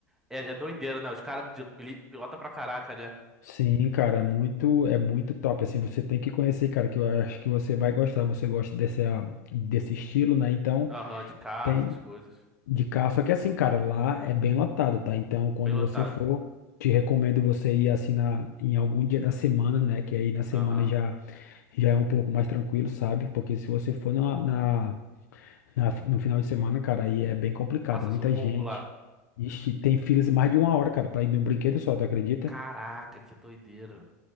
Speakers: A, in the centre; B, on the left.
A: É, é doideira, né? Os caras de- pili- pilota pra caraca, né?
B: Sim, cara, é muito, é muito top, assim, você tem que conhecer, cara, que eu acho que você vai gostar, você gosta desse, ah, desse estilo, né, então
A: Aham, de carro,
B: tem
A: essas coisas.
B: de carro, só que assim, cara, lá é bem lotado, tá, então quando
A: Bem lotado.
B: você for, te recomendo você ir, assim, na, em algum dia da semana, né, que aí na semana
A: Aham.
B: já, já é um pouco mais tranquilo, sabe, porque se você for na, na, na- no final de semana, cara, aí é bem complicado,
A: Passa
B: é muita
A: sufoco
B: gente,
A: lá.
B: Ixi, tem filas mais de uma hora, cara, pra ir num brinquedo só, tu acredita?
A: Caraca, que doideira.